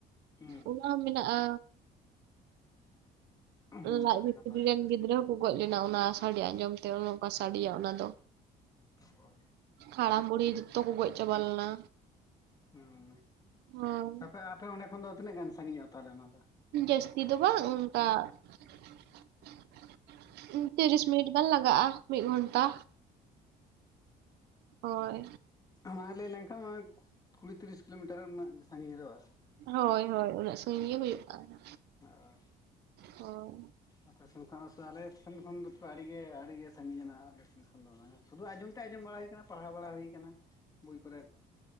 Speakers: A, on the left; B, on the right.
A: ᱦᱩᱸ
B: ᱚᱱᱟ ᱢᱮᱱᱟᱜ-ᱟ᱾
A: ᱦᱩᱸ
B: ᱞᱟᱪ
A: ᱟᱹᱰᱤ
B: ᱵᱷᱤᱛᱨᱤ
A: ᱱᱟᱯᱟᱭ ᱠᱟᱛᱷᱟ
B: ᱨᱮᱱ ᱜᱤᱫᱽᱨᱟᱹ ᱠᱚ ᱜᱚᱡ ᱞᱮᱱᱟ᱾ ᱚᱱᱟ ᱥᱟᱰᱮ ᱟᱸᱡᱚᱢ ᱛᱮ ᱚᱱ ᱚᱱᱠᱟ ᱥᱟᱰᱮᱭᱟ ᱚᱱᱟ ᱫᱚ
A: <inaudible>
B: ᱦᱟᱲᱟᱢ ᱵᱩᱲᱦᱤ ᱡᱚᱛᱚ ᱠᱚ ᱜᱚᱡ ᱪᱟᱵᱟ ᱞᱮᱱᱟ᱾
A: ᱦᱩᱸ
B: ᱦᱳᱭ
A: ᱟᱯᱮ ᱟᱯᱮ ᱚᱸᱰᱮ ᱠᱷᱚᱱ ᱫᱚ ᱛᱤᱱᱟᱹᱜ ᱜᱟᱱ ᱥᱟᱺᱜᱤᱧᱚᱜ-ᱟ ᱛᱟᱦᱚᱞᱮ ᱚᱱᱟ ᱫᱚ?
B: ᱡᱟᱹᱥᱛᱤ ᱫᱚ ᱵᱟᱝ ᱚᱱᱠᱟ <unintelligible> ᱛᱤᱨᱤᱥ ᱢᱤᱱᱤᱴ ᱜᱟᱱ ᱞᱟᱜᱟᱜᱼᱟ ᱢᱤᱫ ᱜᱷᱚᱱᱴᱟ ᱦᱳᱭ
A: ᱚᱱᱟ ᱞᱟᱹᱭ ᱞᱮᱱᱠᱷᱟᱱ ᱠᱩᱲᱤ ᱛᱤᱨᱤᱥ ᱠᱤᱞᱳᱢᱤᱴᱟᱨ ᱨᱮᱱᱟᱜ ᱥᱟᱜᱤᱧ <unintelligible> ᱦᱚᱜᱼᱟ᱾
B: ᱦᱳᱭ ᱦᱳᱭ ᱩᱱᱟᱹᱜ ᱥᱟᱺᱜᱤᱧ ᱜᱮ ᱦᱩᱭᱩᱜ ᱠᱟᱱᱟ
A: ᱚ <unintelligible>
B: ᱦᱳᱭ
A: ᱟᱯᱮ ᱥᱮᱱ ᱠᱷᱚᱱ ᱟᱞᱮᱮᱥᱮᱱ ᱠᱷᱚᱱ ᱫᱚ ᱟᱹᱰᱤᱜᱮ ᱟᱹᱰᱤᱜᱮ ᱥᱟᱺᱜᱤᱧᱱᱟᱜ-ᱟ ᱟᱞᱮ ᱥᱮᱱ ᱠᱷᱚᱱ ᱫᱚ ᱥᱩᱫᱩ ᱟᱸᱡᱚᱢ ᱛᱮ ᱟᱸᱡᱚᱢ ᱵᱟᱲᱟ ᱦᱩᱭ ᱠᱟᱱᱟ ᱯᱟᱲᱦᱟᱣ ᱵᱟᱲᱟ ᱦᱩᱭ ᱠᱟᱱᱟ ᱵᱳᱭ ᱠᱚᱨᱮ